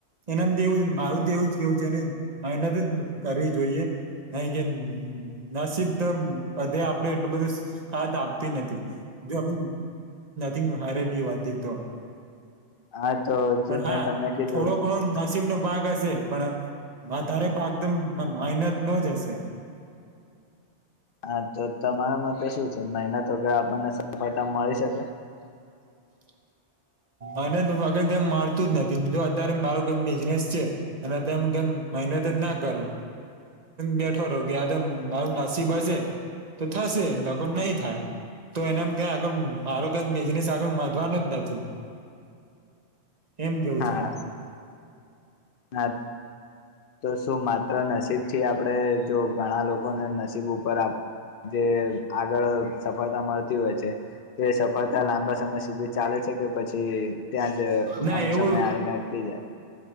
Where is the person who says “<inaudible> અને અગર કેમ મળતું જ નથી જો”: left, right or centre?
Right